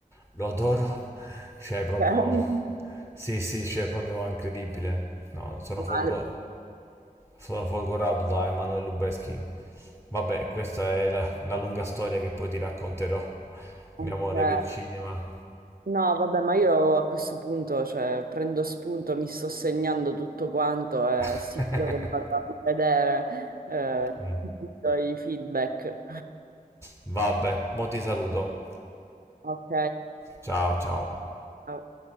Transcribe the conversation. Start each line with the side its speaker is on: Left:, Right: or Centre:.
Left: lo adoro. Cioè, proprio...
Right: ok.
Left: Sì, sì, cioè, proprio incredibile. No, sono
Right: Ma-
Left: folgo- sono folgorato da Emanuel Lubensky. Vabbè, questa è la- una lunga storia che poi ti racconterò, il
Right: ok.
Left: mio amore per il cinema.
Right: No, vabbè, ma io a questo punto, cioè, prendo spunto, mi sto segnando tutto quanto e
Left: <laughs>
Right: sicuro che vado a vedere eh,
Left: Mm.
Right: tutti i tuoi feedback.
Left: Vabbè, mo ti saluto.
Right: Ok,
Left: Ciao, ciao.
Right: ciao.